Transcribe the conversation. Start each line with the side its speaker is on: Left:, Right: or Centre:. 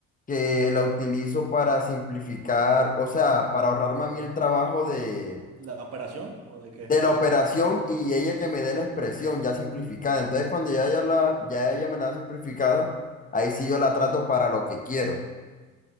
Left: que la utilizo para simplificar, o sea, para ahorrarme a mí el trabajo de,
Right: ¿La operación o de qué?
Left: de la operación y ella que me dé la expresión ya simplificada. Entonces, cuando ya ella, la, ya ella me la da simplificada, ahí sí yo la trato para lo que quiero.